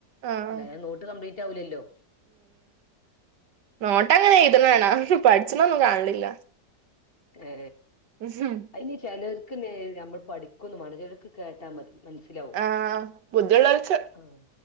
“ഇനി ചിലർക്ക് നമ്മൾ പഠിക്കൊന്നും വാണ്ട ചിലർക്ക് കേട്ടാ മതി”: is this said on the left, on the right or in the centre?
Left